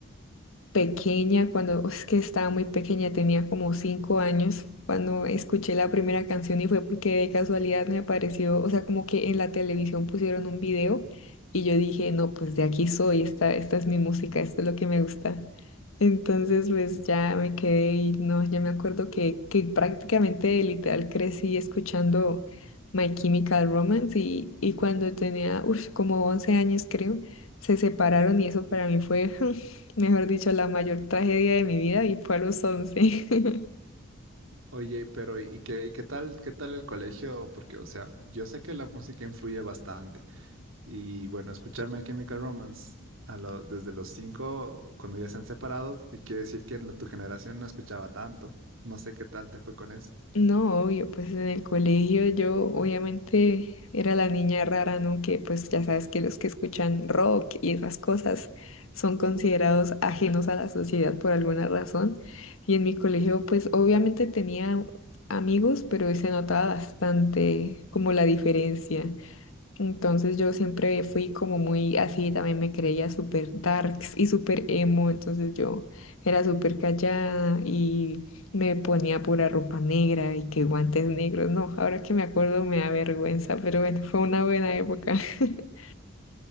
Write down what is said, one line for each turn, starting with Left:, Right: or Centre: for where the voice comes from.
Left: pequeña, cuando es que estaba muy pequeña, tenía como cinco años, cuando escuché la primera canción y fue porque de casualidad me apareció, o sea, como que en la televisión pusieron un video y yo dije, no, pues de aquí soy, esta, esta es mi música, esto es lo que me gusta. Entonces, pues ya me quedé y no, ya me acuerdo que, que prácticamente literal crecí escuchando My Chemical Romance y, y cuando tenía, uff, como 11 años creo, se separaron y eso para mí fue... <laughs> Mejor dicho, la mayor tragedia de mi vida y fue a los once <laughs>
Right: Oye, pero ¿y qué, qué tal, qué tal el colegio? Porque, o sea, yo sé que la música influye bastante. Y bueno, escuchar My Chemical Romance a lo- desde los cinco, cuando ya se han separado, sí quiere decir que en la- tu generación no escuchaba tanto. No sé qué tal te fue con eso.
Left: No, obvio, pues en el colegio yo obviamente era la niña rara, ¿no? Que pues ya sabes que los que escuchan rock y esas cosas son considerados ajenos a la sociedad por alguna razón. Y en mi colegio pues obviamente tenía amigos, pero se notaba bastante como la diferencia. Entonces yo siempre fui como muy así, también me creía súper darks y súper emo, entonces yo era súper callada y me ponía pura ropa negra y que guantes negros. No, ahora que me acuerdo me da vergüenza, pero bueno, fue una buena época. <laughs>